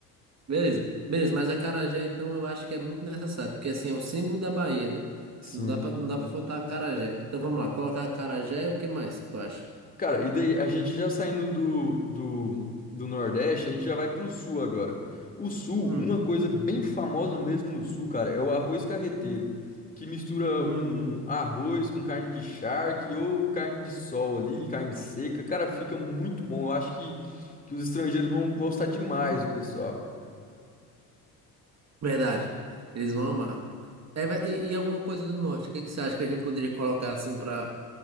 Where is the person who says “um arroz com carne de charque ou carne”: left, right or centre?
Left